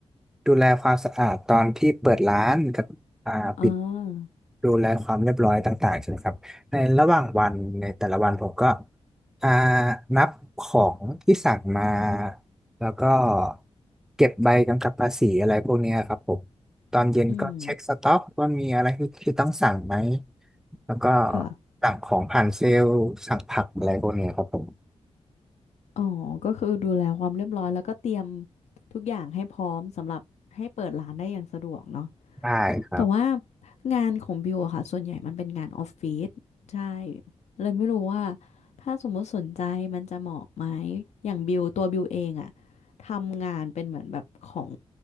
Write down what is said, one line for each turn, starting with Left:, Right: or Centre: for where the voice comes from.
Centre: ดูแลความสะอาดตอนที่เปิดร้านกับอ่าปิด
Left: อ่า
Centre: ดูแลความเรียบร้อยต่างๆใช่ไหมครับ ในระหว่างวันในแต่ละวันผมก็อ่านับของที่สั่งมา แล้วก็เก็บใบกำกับภาษีอะไรพวกเนี้ยครับผมตอนเย็นก็เช็คสต็อกว่ามีอะไรที่ที่ต้องสั่งไหม
Left: อืม
Centre: แล้วก็
Left: ค่ะ
Centre: สั่งของผ่านเซลล์สั่งผักอะไรพวกเนี้ยครับผม
Left: อ๋อ ก็คือดูแลความเรียบร้อยแล้วก็เตรียมทุกอย่างให้พร้อมสำหรับให้เปิดร้านได้อย่างสะดวกเนาะ
Centre: ได้ครับ
Left: แต่ว่างานของบิวอะค่ะ ส่วนใหญ่มันเป็นงานออฟฟิศใช่ เลยไม่รู้ว่าถ้าสมมุติสนใจมันจะเหมาะไหม อย่างบิวตัวบิวเองอะ ทำงานเป็นเหมือนแบบของ